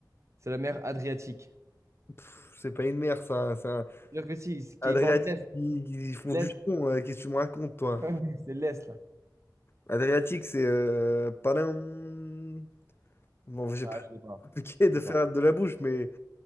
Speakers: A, on the right (about 40°); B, on the left (about 30°).
A: C'est la mer Adriatique.
B: Pff, C'est pas une mer, ça. C'est un
A: Dire que si, c'est qui
B: Adriatique.
A: borde l'est.
B: Ils ils font
A: L'est.
B: du son. euh, Qu'est-ce que tu me racontes, toi?
A: <laughs> C'est l'est, là.
B: Adriatique, c'est... Euh... padam. Bon, j'ai
A: Ah,
B: pas
A: je l'ai pas.
B: <laughs> compliqué
A: Je
B: de
A: l'ai
B: faire
A: pas.
B: de la bouche, mais